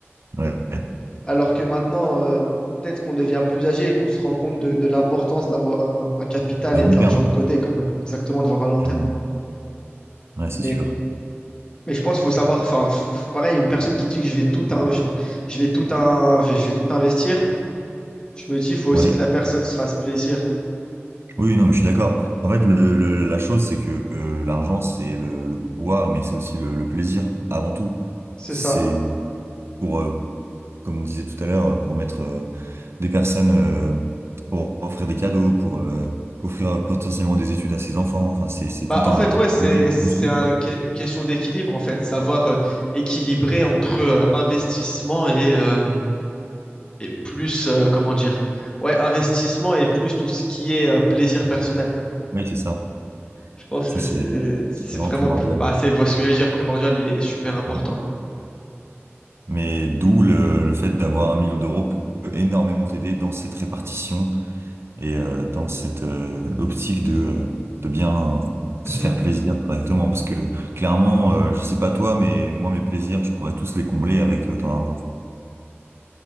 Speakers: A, on the right; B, on the left.
A: ouais,
B: Alors que maintenant, euh, peut-être qu'on devient plus âgé et qu'on se rend compte de, de l'importance d'avoir un, un capital
A: à
B: et
A: long
B: de
A: terme,
B: l'argent de côté quand même, exactement, de voir à long
A: clairement.
B: terme.
A: Ouais,
B: Mais,
A: c'est sûr.
B: mais je pense qu'il faut savoir, enfin, f- pareil, une personne qui dit que je vais tout, in- enfin, je vais tout, in- je vais tout investir, je me dis, il faut aussi
A: Ouais.
B: que la personne se fasse plaisir.
A: Oui, non, mais je suis d'accord. En fait, le, le- la chose, c'est que euh, l'argent, c'est le, le pouvoir, mais c'est aussi le, le plaisir, avant tout.
B: C'est
A: C'est
B: ça.
A: pour, euh, comme on disait tout à l'heure, pour mettre euh, des personnes, euh, pour offrir des cadeaux, pour euh, offrir euh, potentiellement des études à ses enfants. Enfin, c'est, c'est
B: Bah,
A: tout
B: en
A: un,
B: fait, ouais,
A: un
B: c'est,
A: projet qu'on
B: c'est
A: construit,
B: un
A: quoi.
B: que- une question d'équilibre, en fait, savoir euh, équilibrer entre euh, investissement et, euh, et plus, euh, comment dire, ouais, investissement et plus tout ce qui est euh, plaisir personnel.
A: Oui, c'est ça.
B: Je pense
A: Ça,
B: que
A: c'est
B: c'est, c'est
A: c'est vraiment
B: vraiment,
A: primordial.
B: bah, c'est ce que j'allais dire, primordial et, et super important.
A: Ouais. Mais d'où le, le fait d'avoir un million d'euros peut énormément t'aider dans cette répartition. Et euh, dans cette euh, optique de, euh, de bien euh, se
B: Mhm.
A: faire plaisir correctement, parce que clairement, euh, je sais pas toi, mais moi, mes plaisirs, je pourrais tous les combler avec autant d'argent.